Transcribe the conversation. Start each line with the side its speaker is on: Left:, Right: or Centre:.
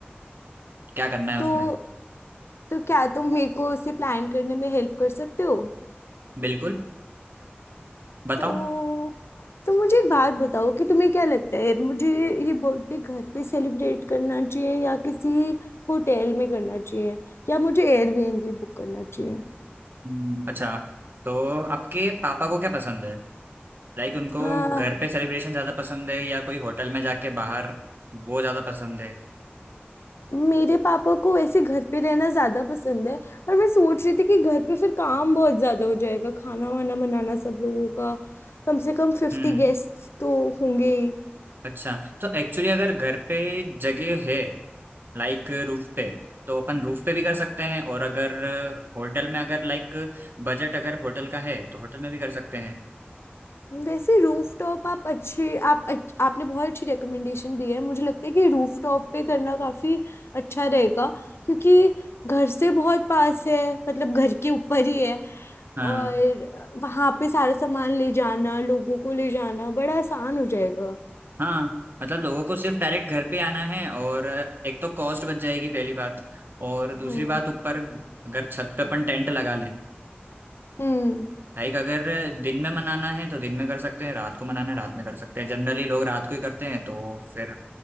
Right: क्या करना है
Left: तो
Right: उसमें
Left: तो क्या तुम मेरे को उसे प्लान करने में हेल्प कर सकते हो
Right: बिल्कुल बताओ
Left: तो तो मुझे एक बात बताओ कि तुम्हें क्या लगता है मुझे ये बर्थडे घर पे सेलिब्रेट करना चाहिए या किसी होटल में करना चाहिए या मुझे एयरबीएनबी बुक करना चाहिए
Right: हम्म, अच्छा तो आपके पापा को क्या पसंद है लाइक उनको
Left: हाँ,
Right: घर पे सेलिब्रेशन ज्यादा पसंद है या कोई होटल में जाके बाहर वो ज्यादा पसंद है
Left: मेरे पापा को वैसे घर पे रहना ज्यादा पसंद है पर मैं सोच रही थी कि घर पे फिर काम बहुत ज्यादा हो जाएगा खाना वाना बनाना सब लोगों का कम से कम फिफ्टी
Right: हम्म
Left: गेस्ट तो होंगे ही।
Right: अच्छा तो एक्चुअली अगर घर पे जगह है लाइक रूफ पे तो अपन रूफ पे भी कर सकते हैं और अगर होटल में अगर लाइक बजट अगर होटल का है तो होटल में भी कर सकते हैं
Left: वैसे रूफटॉप आप अच्छे आप अच्छ, आपने बहुत अच्छी रिकमेंडेशन दी है मुझे लगता है कि रूफटॉप पे करना काफी अच्छा रहेगा क्योंकि घर से बहुत पास है मतलब घर के ऊपर ही है
Right: हाँ
Left: और वहां पे सारा सामान ले जाना लोगों को ले जाना बड़ा आसान हो जाएगा
Right: हाँ मतलब लोगों को सिर्फ डायरेक्ट घर पे आना है और एक तो कॉस्ट बच जाएगी पहली बात और दूसरी
Left: हम्म
Right: बात ऊपर अगर छत पे अपन टेंट लगा लें
Left: हम्म
Right: लाइक अगर दिन में मनाना है तो दिन में कर सकते हैं रात को मनाना है रात में कर सकते हैं जनरली लोग रात को ही करते हैं तो फिर